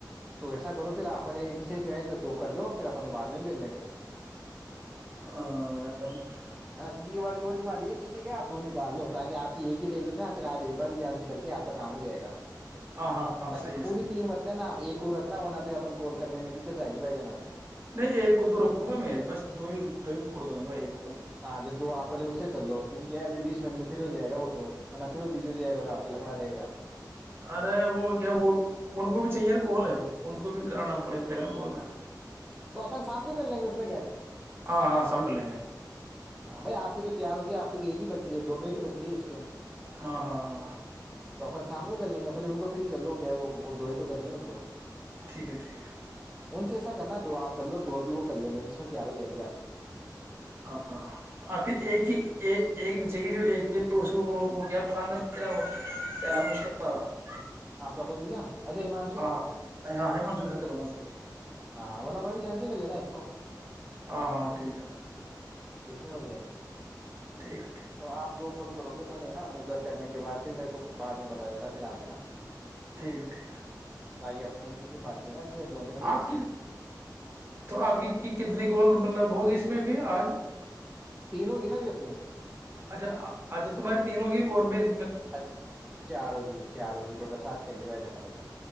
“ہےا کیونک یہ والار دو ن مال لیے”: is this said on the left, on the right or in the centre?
Centre